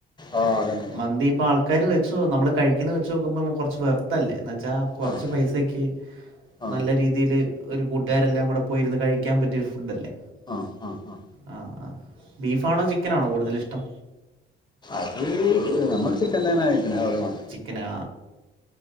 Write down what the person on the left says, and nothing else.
ആ അതന്നെ
അതന്നെ.
ആ
ആഹാ ആഹാ ആഹാ.
അത് നമ്മൾ ചിക്കൻ തന്നെ, ആയിക്കണ അവര് വ-